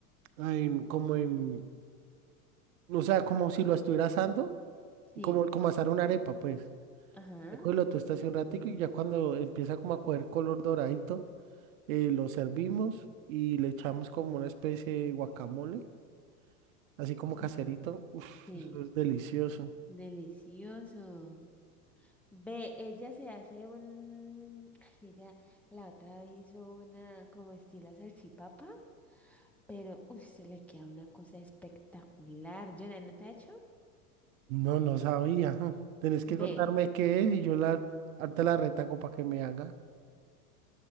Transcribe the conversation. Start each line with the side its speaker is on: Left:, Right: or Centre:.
Right: en- como en, o sea, como si lo estuviera asando
Centre: Sí.
Right: como, como asar una arepa, pues.
Centre: Ajá.
Right: Después lo tostas un ratico y ya cuando empieza como a coger color doradito, eh, lo servimos y le echamos como una especie de guacamole, así como caserito.
Centre: Uf,
Right: Uf,
Centre: sí,
Right: eso es delicioso.
Centre: delicioso. Ve, ella se hace un... Ay, ella la otra vez hizo una como estilo salchipapa, pero uf, se le queda una cosa espectacular. yo ¿no te ha hecho?
Right: No, no sabía. <laughs> Mm. Tenés que contarme
Centre: Ve,
Right: qué es y yo la, harta la retaco para que me haga.